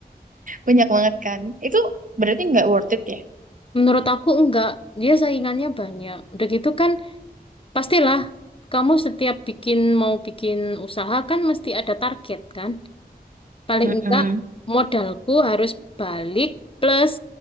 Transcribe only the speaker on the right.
banyak banget kan. Itu berarti nggak worth it ya?
Mm-mm.